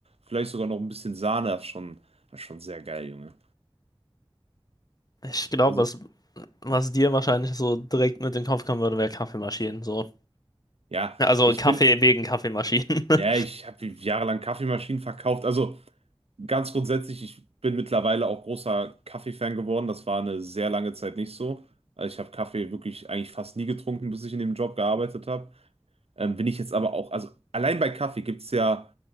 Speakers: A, on the right; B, on the left.
A: Vielleicht sogar noch ein bisschen Sahne. Das ist schon, das ist schon sehr geil, Junge.
B: Ich glaube,
A: Also,
B: was, was dir wahrscheinlich so direkt mit in den Kopf kommen würde, wäre Kaffeemaschinen. So.
A: ja,
B: Also
A: ich
B: Kaffee
A: bin,
B: wegen Kaffeemaschinen. <laughs>
A: ja, ich habe jahrelang Kaffeemaschinen verkauft. Also, ganz grundsätzlich, ich bin mittlerweile auch großer Kaffee-Fan geworden. Das war eine sehr lange Zeit nicht so. Also, ich habe Kaffee wirklich eigentlich fast nie getrunken, bis ich in dem Job gearbeitet habe. Ähm, wenn ich jetzt aber auch, also allein bei Kaffee gibt es ja